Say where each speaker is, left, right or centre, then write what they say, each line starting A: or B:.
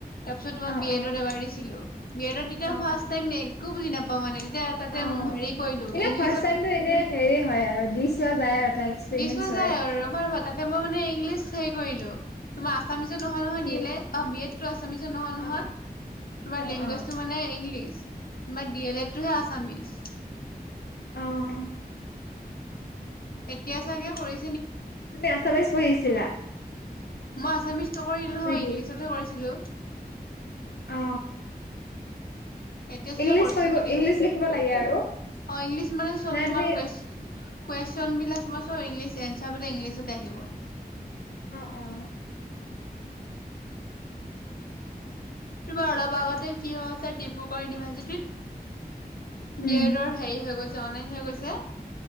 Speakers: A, on the left; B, on the left.
A: তাৰ পিছত তোমাৰ
B: অ অ
A: বি এডত এবাৰ দিছিলো। বি এডত তেতিয়া
B: অ
A: ফ্ষ্ট টাইম একো বুজি নাপাওঁ মানে। তেয়া, তাতে
B: অ অ
A: হেৰি কৰিলো
B: এনে
A: ইংলিছত
B: ফাৰ্ষ্ট টাইমটো এনে হেৰি হয় আৰু দি চোৱা যায় আৰু এটা এক্সপিৰিয়েঞ্চ
A: দি চোৱা যাই
B: হয়
A: আৰু, ৰবা ৰবা তাতে মই মানে ইংলিছ হেৰি কৰিলো, তোমাৰ আচামিজত নহয় নহয়
B: কি
A: যি এই লেড, অ বি এড আছামিজত নহয় নহয়,
B: অ
A: তোমাৰ
B: অ
A: লেংগুৱেজটো
B: অ
A: মানে ইংলিছ। তোমাৰ ডি এল এডটোহে আছামিজ।
B: অহ
A: এতিয়া চাগে কৰি
B: তুমি আছামিজ পঢ়িছিলা?
A: মই আছামিজ নকৰিলো নহয়,
B: নেকি
A: ইংলিছতহে কৰিছিলো।
B: অ
A: এতিয়া চাগে
B: ইংলিছ
A: কৰিছে
B: কৰিব
A: নেকি?
B: ইংলিছ লিখিব লাগে আৰু
A: অ ইংলিছ মানে চব
B: নাই
A: তোমাৰ
B: তুমি
A: কোৱে কুৱেছন বিলাক তোমাৰ চব ইংলিছ, এঞ্চাৰ বিলাক ইংলিছতে আহিব।
B: অ অ হেল্ল'
A: তোমাৰ অলপ আগতে কি হৈছিলে, ডিব্ৰুগড় ইউনিভাৰ্চিটিত?
B: উম
A: বি এডৰ হেৰী হৈ গৈছে অনলাইন হৈ গৈছে,